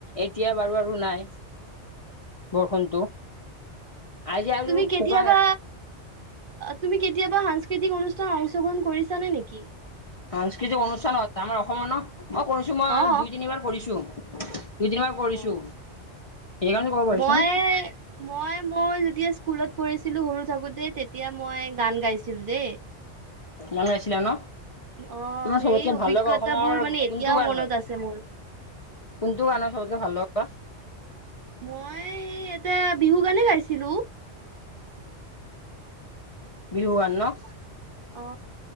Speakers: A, on the left (about 40°); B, on the right (about 50°).
A: এতিয়া বাৰু আৰু নাই।
B: <inaudible>
A: বৰষুণটো আজি আৰু
B: তুমি কেতিয়াবা
A: শুকান
B: তুমি কেতিয়াবা হ কৃতিক অনুষ্ঠান অংশগ্ৰহণ কৰিছা নে নেকি?
A: সাংস্কৃতিক অনুষ্ঠান আমাৰ অসমত ন মই কৰিছো মই
B: অ
A: দুই তিনিবাৰ কৰিছো। দুইদিনাৰ কৰিছো
B: অ
A: সেইকাৰণে কব পাৰিছো
B: মই
A: ন।
B: মই মই যেতিয়া স্কুলত পঢ়িছিলো সৰু থাকোতে তেতিয়া মই গান গাইছিলো। চ দে
A: গান গাইছিলা ন
B: অ
A: তোমাৰ চবতকে
B: সেই অভিজ্ঞতাবোৰ
A: ভাল লগা অসমৰ
B: মানে এতিয়াও
A: কোনটো গান
B: মনত
A: হয়
B: আছে মোৰ।
A: কোনটো গানৰ চবতকে ভাল লগা।
B: মই ইয়াতে বিহু গানে গাইছিলো।
A: বিহুৱান ন?
B: অ